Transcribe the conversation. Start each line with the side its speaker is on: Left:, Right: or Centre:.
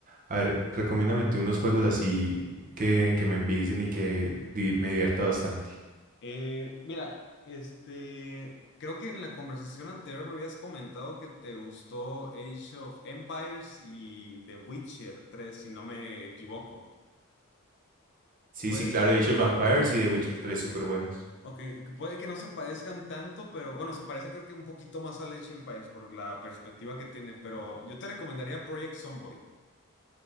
Right: A ver, recomiéndame tú unos juegos así que, que me envicien y que di- me divierta bastante.
Left: Eh, mira, este, creo que en la conversación anterior me habías comentado que te gustó Age of Empires y The Witcher 3, si no me equivoco.
Right: Sí,
Left: Puede,
Right: sí, claro, Age of Empires y The Witcher tres súper buenos.
Left: ok, puede que no se parezcan tanto, pero bueno, se parece creo que un poquito más a Age of Empires por la perspectiva que tiene, pero yo te recomendaría Project Zomboid.